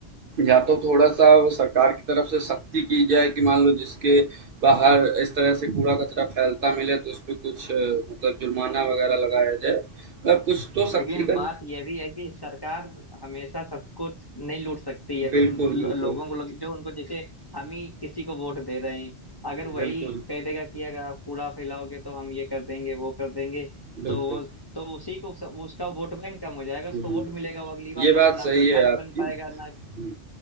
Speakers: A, on the right (about 60°); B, on the left (about 25°).
A: या तो थोड़ा-सा वो सरकार की तरफ से सख्ती की जाए कि मान लो जिसके बाहर इस तरह से कूड़ा-कचरा फैलता मिले तो उसपे कुछ अ, मतलब जुर्माना वग़ैरह लगाया जाए। मतलब कुछ तो सख्ती
B: लेकिन
A: का
B: बात यह भी है कि सरकार हमेशा सब कुछ नहीं लूट सकती है
A: बिल्कुल,
B: उन लो-
A: बिल्कुल।
B: लोगों को लग, जो उनको जैसे हम ही किसी को वोट दे रहे हैं अगर वही
A: बिल्कुल,
B: कह देगा कि अगर आप कूड़ा फैलाओगे तो हम ये कर देंगे वो कर देंगे
A: बिल्कुल।
B: तो वो तो उसी को सब- उसका वोट बैंक कम हो जाएगा उसको
A: हुँ।
B: वोट मिलेगा वो अगली बार
A: ये
B: को
A: बात
B: ना
A: सही
B: प्रधान
A: है आपकी।
B: बन पाएगा ना
A: हुँ।